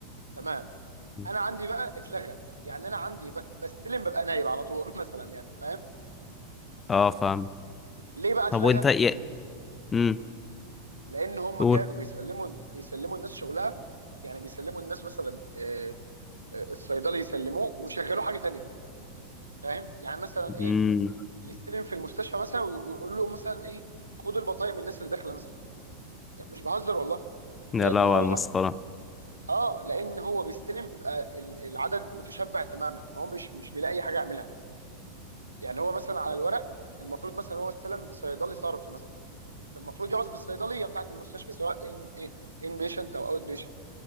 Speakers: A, on the right (about 80°); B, on the left (about 20°).
A: تمام
B: مم.
A: انا عندي بقى اتلغى يعني انا عندي ب- بستلم ببقى نايب على طول <laughs> مثلا يعني فاهم
B: اه فاهم
A: ليه بقى اتلغى
B: طب وانت يا امم
A: لان هم
B: قول
A: كانوا بيسلموا بيسلموا الناس شغلها يعني بيسلموا الناس مثلا آه، آه، الصيدلي يسلموه ويشغلوه حاجه تانية فاهم يعني مثلا ايه
B: امم
A: يستلم في المستشفى مثلا ويقولوا له مثلا ايه خد البطايق من الناس اللي داخله مثلا مش بهزر والله
B: يا
A: لان
B: لهوي
A: هو
B: على المسخرة
A: اه لان هو بيستلم بيبقى ال- العدد متشبع تماما فهو مش مش بيلاقي حاجه يعملها يعني هو مثلا على الورق المفروض مثلا هو استلم صيدلي صرف مثلا فالمفروض يقعد في الصيدليه بتاعه المستشفى سواء ان ان بيشنت او اوت بيشنت